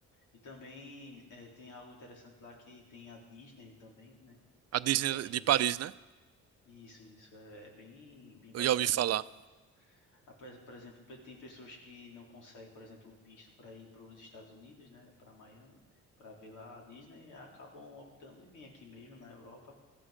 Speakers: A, on the left; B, on the right.
A: E também é, tem algo interessante lá que tem a Disney também, né?
B: A Disney
A: Para quem.
B: de Paris, né?
A: Isso, isso. É, é bem, bem
B: Eu
A: bacana.
B: já ouvi falar.
A: Ah, Por por exemplo, pe- tem pessoas que não conseguem, por exemplo, visto para ir para os Estados Unidos, né? Para Miami, para ver lá a Disney, e acabam optando em vir aqui mesmo na Europa,